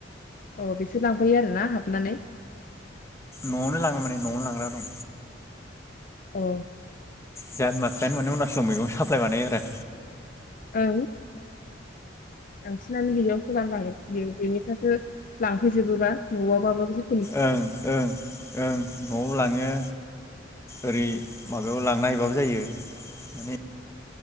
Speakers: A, on the left; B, on the left.
A: अ बिसोर लांफैयो आरोना हाबनानै।
B: न'आवनो लाङो माने न'आवनो लांग्रा दं।
A: औ
B: ज माखायानो माने अुनाचलाव <inaudible> मैगं साप्लाय बानायो आरो।
A: औ बांसिनानो <unintelligible> बे बेनि थाखायो लांफैजोबोबा न'आवाबाबाबो
B: ओं ओं ओं न'आव लाङो। ओरै माबायाव लांना हैबाबो जायो माने।